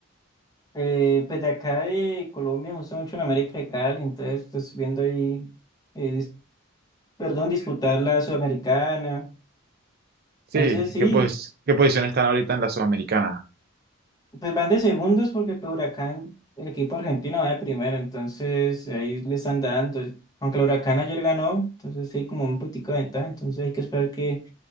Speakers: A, on the left; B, on the right.
A: Eh, pues de acá de Colombia me gusta mucho la América de Cali, entonces pues viendo ahí, eh, dis- perdón, disputar la Sudamericana.
B: Sí,
A: Entonces sí,
B: ¿qué, pues, qué posición están ahorita en la Sudamericana?
A: pues van de segundos porque por Huracán, el equipo argentino va de primero, entonces ahí le están dando. Aunque el Huracán ayer ganó, entonces sí, como un poquitico de ventaja, entonces hay que esperar que